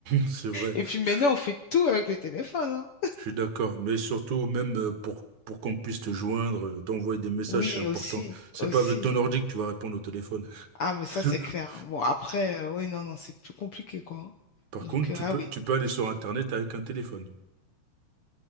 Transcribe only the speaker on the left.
Et puis maintenant,
on fait tout avec le téléphone, hein.
Oui,
aussi,
aussi.
Ah, mais ça, c'est
clair. hein. Bon, après, oui, non, non, c'est plus compliqué, quoi. hein.
Donc,
euh,
ah
oui.